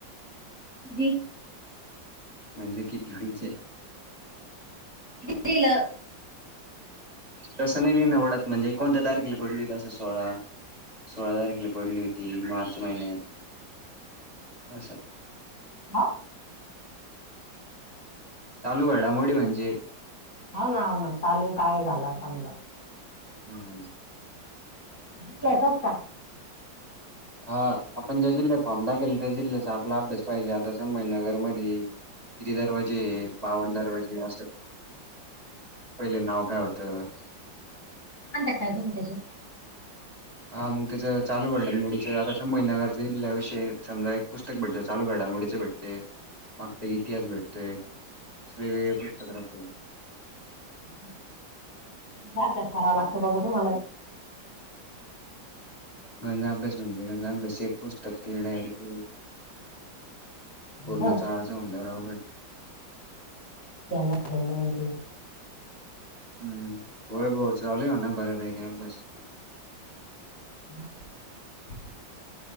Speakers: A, on the left; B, on the right.
A: कदी?
B: म्हणजे किती म्हचे
A: दिील.
B: तसं नाही ओढत म्हणजे कोणत्या तारखेला पडली होती तसं सोळा सोळा तारखेला पडली होती. मार्च महिन्यात असं.
A: हा.
B: चालू घला मोडी म्हणजे
A: हाव ना हाव ना चालू काय झालं समजा.
B: हम् हम.
A: लिहिल्याचंच का
B: हा आपण ज्या जिल्ह्यात थप जिल्ह्याचा आपला अभ्यास पाहिजे आता संभजनगर मध्ये किती दरवाजे बावन दरवाजे असं. पहिले नाव काय होतं.
A: त काय त म त्याचे <unintelligible>
B: हा मग त्याचं चालू घडामोडीचं आता संभाजीनगर विषय समजा एक पुस्तक भेटलं चालू घडामोडी चं भेटलं. ते मागचा इतिहास भेटतयं वेगवेगळे पुस्तक <inaudible> राहतय.
A: लई अभ्यास करावा लागतो. होो <unintelligible> बातो मला
B: गंजाभ्या म्हणजे गंधा अभ्यासची एक पुस्तक ते येण्याडक पूर्णचा
A: हं,
B: आळज म्हणल्यावर आवड.
A: त्याना ठेवण.
B: हम्म होय बो चाले म ना बर भे ग्या बस.
A: हम.